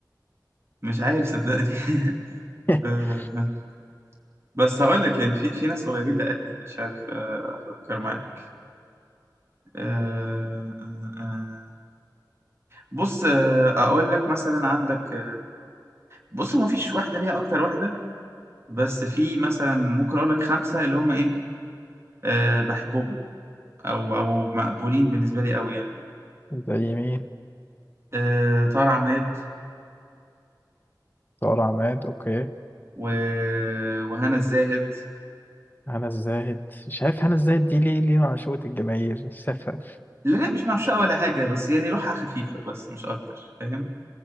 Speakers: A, on the right; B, on the left.
A: مش عارف صدقني <laughs>
B: <laughs>
A: أه... بس هقول لك يعني في في ناس قريبين لقلبي مش عارف آه، أفكر معاك أه... أه... أه... بص آه، اقول لك مثلا عندك بص ما فيش واحدة ليها أكتر واحدة بس في مثلا ممكن أقول لك خمسة اللي هم إيه أه بحبهم أو أو مقبولين بالنسبة لي أوي يعني
B: زي مين
A: أه طارق عماد
B: سارة عماد أوكي
A: و... وهنا الزاهد
B: هنا الزاهد شايف هنا الزاهد دي ليه ليه معشوقة الجماهير سفه
A: لا لا مش معشقة ولا حاجة بس يعني روحها خفيفة بس مش أكتر فاهم